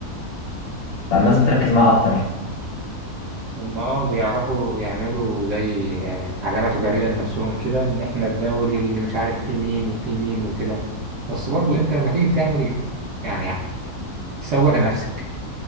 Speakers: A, on the left; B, on the right.
A: فالناس بتركز معاه اكتر يعني
B: هم اه بيعرفوا يعملوا زي آه، علامة تجارية لنفسهم كده ان احنا الدوري اللي مش عارف فيه مين وفيه مين وكده بس برضو انت لما تيجي تعمل يعني تسوق لنفسك